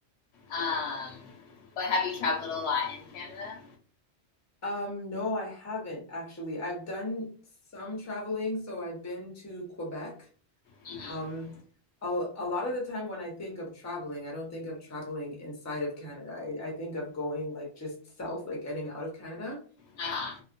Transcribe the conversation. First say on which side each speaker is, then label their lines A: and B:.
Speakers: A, on the left (about 75°); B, on the left (about 15°).
A: Um, but have you traveled a lot in Canada?
B: Um, no, I haven't actually. I've done some traveling, so I've been to Quebec.
A: Mm-hmm.
B: Um, a, a lot of the time when I think of traveling, I don't think of traveling inside of Canada. I, I think of going like just south, like getting out of Canada.
A: Uh-huh.